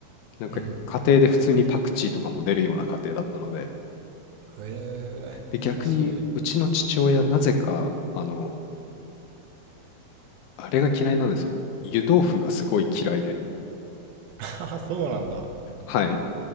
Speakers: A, on the left (about 75°); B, on the right (about 75°).
A: なんか家庭で普通にパクチーとかも出るような家庭だったので、
B: い。うん。ええー、
A: で逆にうちの父親なぜかあの
B: 珍しい。
A: あれが嫌いなんですよ。湯豆腐がすごい嫌いで、
B: <laughs> あそうなんだ。
A: はい。